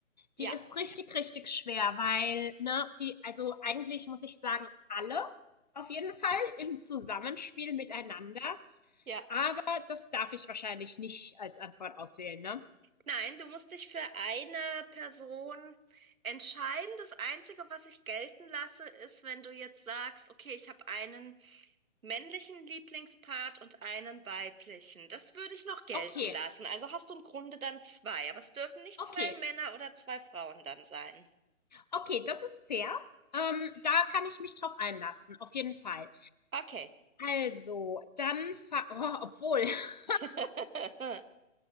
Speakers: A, on the right; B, on the left.
A: Ja,
B: Die ist richtig, richtig schwer, weil, ne, die, also eigentlich muss ich sagen, alle auf jeden Fall im Zusammenspiel miteinander.
A: ja.
B: Aber das darf ich wahrscheinlich nicht als Antwort auswählen, ne?
A: Nein, du musst dich für eine Person entscheiden. Das Einzige, was ich gelten lasse, ist, wenn du jetzt sagst, okay, ich habe einen männlichen Lieblingspart und einen weiblichen. Das würde ich noch gelten
B: Okay,
A: lassen. Also hast du im Grunde dann zwei, aber es dürfen nicht
B: okay,
A: zwei Männer oder zwei Frauen dann sein.
B: okay, das ist fair. Ähm, da kann ich mich drauf einlassen, auf jeden Fall.
A: Okay.
B: Also, dann, fa- oh, obwohl, <laughs>
A: <laughs>